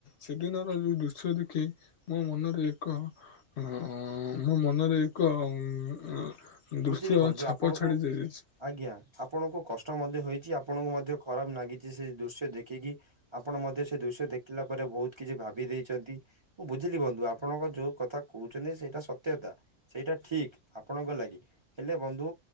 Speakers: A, on the left (about 60°); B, on the right (about 30°).
A: ସେ ଦିନର ଯୋଉ ଦୃଶ୍ୟ ଦେଖି ମୋ ମନରେ ଏକ ଅ-ଅଁ ମୋ ମନରେ ଏକ ଉଁ
B: ବୁଝିଲି
A: ଦୃଶ୍ୟ
B: ବନ୍ଧୁ
A: ଛାପ
B: ଆପଣଙ୍କୁ
A: ଛାଡି ଯାଇଛି।
B: ଆଜ୍ଞା, ଆପଣଙ୍କୁ କଷ୍ଟ ମଧ୍ୟ ହୋଇଛି। ଆପଣଙ୍କୁ ମଧ୍ୟ ଖରାପ ନାଗିଛି ସେ ଦୃଶ୍ୟ ଦେଖିକି। ଆପଣ ମଧ୍ୟ ସେ ଦୃଶ୍ୟ ଦେଖିଲା ପରେ, ବହୁତ କିଛି ଭାବି ଦେଇଛନ୍ତି। ମୁଁ, ବୁଝିଲି ବନ୍ଧୁ ଆପଣଙ୍କ ଯୋଉ କଥା କହୁଛନ୍ତି, ସେଇଟା ସତ୍ୟତା। ସେଇଟା ଠିକ୍ ଆପଣଙ୍କ ଲାଗି। ହେଲେ ବନ୍ଧୁ